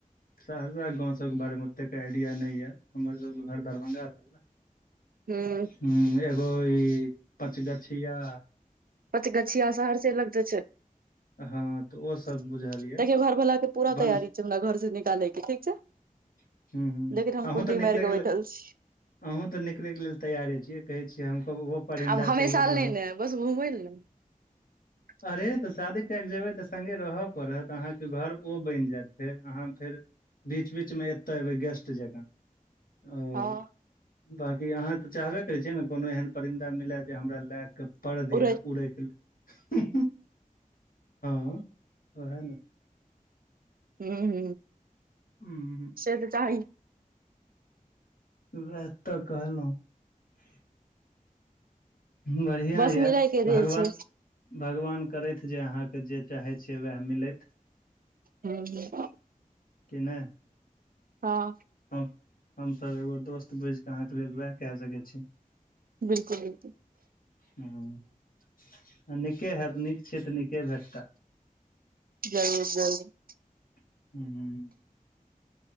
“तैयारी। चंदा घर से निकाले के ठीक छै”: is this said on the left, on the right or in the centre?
Right